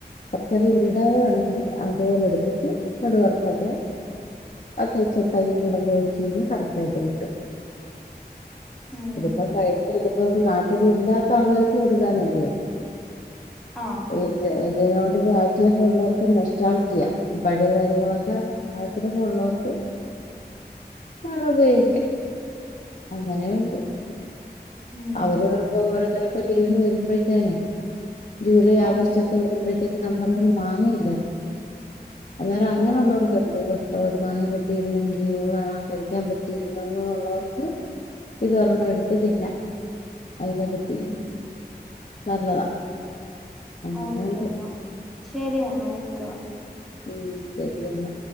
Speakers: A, on the left (about 50°); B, in the centre.
A: ശർക്കരല്ല ഇടാതെ വേണമെങ്കിൽ അതുപോലെ എടുത്തിട്ട് കടവറുത്തൊക്കെ അത്തച്ച തൈര് മുളക് ഒഴിച്ച് കഴിഞ്ഞഞ് കറക്റ്റ് ആയിട്ട് കിട്ടും
B: ഉം
A: ഇതിപ്പോ ക- ഇപ്പം നാട്ടില ഇല്ലാത്ത ആളുകൾക്ക് കൊടുക്കാനല്ലയോ-
B: ആഹ്
A: ഏകാ ൽ തിനോടൊരു ആഗ്രഹള്ളോർക്കൊരു നൊഷ്ട്ടാൾ ജിയാ പഴയ കാര്യങ്ങളൊക്കെ ആഗ്രഹ ഉള്ളോൽക്ക് അള ഉപയോഗിക്കാം അങ്ങനെയുണ്ട്
B: ഉം
A: അവര് <unintelligible> ഓരോ തര ഇപ്പൊ ലീവിന് വരുമ്പഴത്തേനെ ജൂലൈ ആഗസ്റ്റ്
B: ആഹ്
A: ഒക്കെ വരുമ്പഴത്തേക്ക് <unintelligible> ന്നും മാങ്ങയില്ലേ അന്നേരം അങ്ങനെയുള്ളവർ
B: ആഹ്
A: <unintelligible> ഇഷ്ടം മാങ്ങ കിട്ടിയിരുന്നെങ്കി കഴിക്കാൻ പറ്റിയിര്ന്നോള്ളവർക്ക് ഇത് ഒരെണ്ണം എടുത്ത് തിന്ന അതിനെ പറ്റി
B: ഉം
A: നല്ലതാ അങ്ങനെയുണ്ട്
B: ഓക്കെ എന്നാ ശരിയമ്മ വിക്കവാ
A: ഉം ശരിയെന്നാ